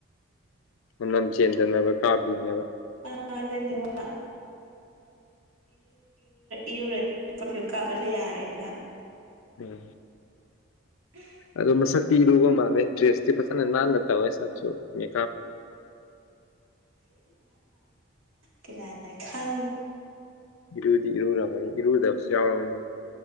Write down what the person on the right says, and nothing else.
ꯑ ꯑꯗꯨꯗꯦꯅꯤ ꯋꯥ ꯏꯔꯨꯔ ꯄꯔꯐꯤꯌꯨꯝ ꯀꯥꯞꯂꯁꯨ ꯌꯥꯔꯦꯅ <inaudible>
ꯎꯝ
ꯀꯅꯥ ꯈꯪ